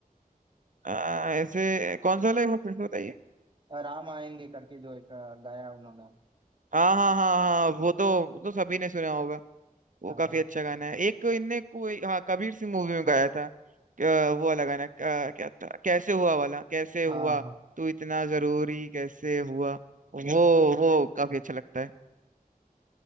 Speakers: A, on the right (about 60°); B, on the right (about 35°).
A: आ, ऐसे कौन सा वाला है, एक बार फिर से बताइए
B: राम आएंगे करके जो एक अ, गाया उन्होंने
A: हाँ हाँ हाँ हाँ वो तो वो तो सभी ने सुना होगा वो
B: हाँ
A: काफी अच्छा गाना है एक इनने कोई हाँ कबीर सिंह मूवी में गाया था क्या- वो वाला गाना क्या क्या था कैसे हुआ वाला कैसे हुआ
B: हाँ हाँ
A: तू इतना जरूरी कैसे हुआ वो वो काफी अच्छा लगता है